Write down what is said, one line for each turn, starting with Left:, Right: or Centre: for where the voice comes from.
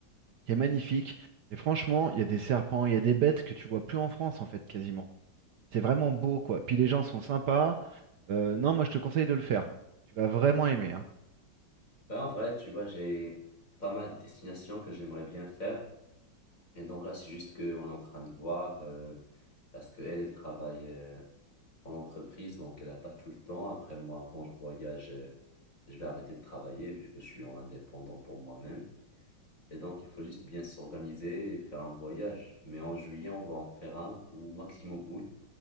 Right: qui est magnifique. Et franchement, il y a des serpents, il y a des bêtes que tu vois plus en France, en fait, quasiment. C'est vraiment beau, quoi. Puis les gens sont sympas. Euh, non, moi, je te conseille de le faire. Tu vas vraiment aimer, hein.
Left: ouais, en vrai, tu vois, j'ai pas mal de destinations que j'aimerais bien faire. Et donc là, c'est juste qu'on est en train de voir euh, parce qu'elle, elle elle travaille. euh, en entreprise, donc elle n'a pas tout le temps. Après moi, quand je voyage, euh, je vais arrêter de travailler vu que je suis en indépendant pour moi-même. Et donc, il faut juste bien s'organiser et faire un voyage. Mais en juillet, on va en faire un ou maximum août,